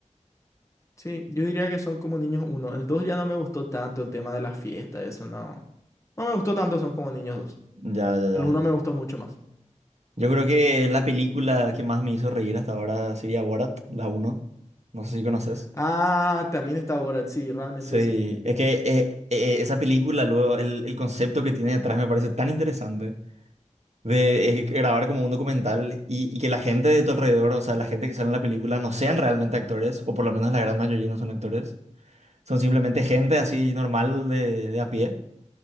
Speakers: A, on the left; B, on the right.
A: Sí, yo diría que son como niños uno. El dos ya no me gustó tanto el tema de la fiesta, eso no. No me gustó tanto son como niños dos.
B: Ya, ya,
A: El
B: ya.
A: uno me gustó mucho más.
B: Yo creo que la película que más me hizo reír hasta ahora sería Borat, la uno. No sé si conoces.
A: Ah, también está Borat, sí, realmente
B: Sí,
A: sí.
B: es que eh, eh, esa película, luego, el, el concepto que tiene detrás me parece tan interesante de eh, grabar como un documental y, y que la gente de tu alrededor, o sea, la gente que sale en la película, no sean realmente actores, o por lo menos la gran mayoría no son actores, son simplemente gente así normal de, de a pie